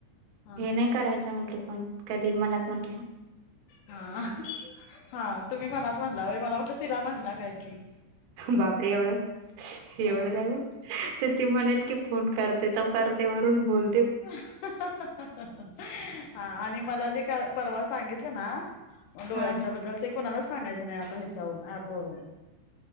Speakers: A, on the left; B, on the right.
A: हा
B: हे नाही करायचं म्हंटले पण कधी मनात म्हटले
A: हा हा तुम्ही मनात म्हणला मला वाट तिला म्हणला काय कि
B: बापरे एवढं एवढं
A: ह
B: नाही हो ती म्हणेल की फोन करते तो करते वरून बोल
A: <unintelligible> आणि मला जे परवा सांगितलं ना मग डोळ्यांच्या
B: हा
A: बद्दल ते कोणाला सांगायचं नाही आता ह्याच्यावरून ऍप वरून